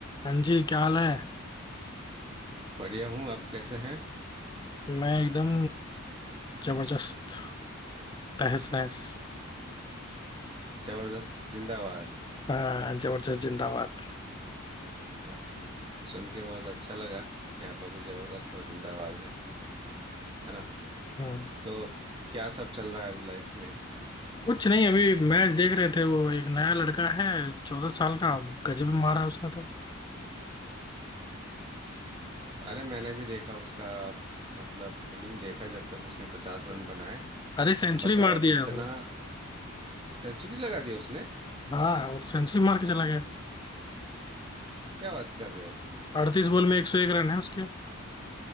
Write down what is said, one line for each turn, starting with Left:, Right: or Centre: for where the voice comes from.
Left: हाँ जी क्या हाल है
Right: बढ़िया हूँ आप कैसे हैं
Left: मैं एकदम जबरदस्त तहस नहस
Right: जबरदस्त जिंदाबाद
Left: हाँ जबरदस्त जिंदाबाद
Right: वाह सुन के बहुत अच्छा लगा कि आप अभी जबरदस्त और जिंदाबाद हैं है ना
Left: हम्म
Right: तो क्या सब चल रहा है अभी लाइफ में
Left: कुछ नहीं अभी मैच देख रहे थे वो एक नया लड़का है चौदह साल का गजब मारा उसने तो
Right: अरे मैंने भी देखा उसका मतलब इनिंग देखा जब तक उसने पचास रन बनाए
Left: अरे सेंचुरी
Right: बताओ
Left: मार दिया
Right: इतना
Left: है वो
Right: सेंचुरी लगा दिया उसने
Left: हाँ वो सेंचुरी मार के चला गया
Right: क्या बात कर रहे हो
Left: अड़तीस बॉल में एक सौ एक रन है उसके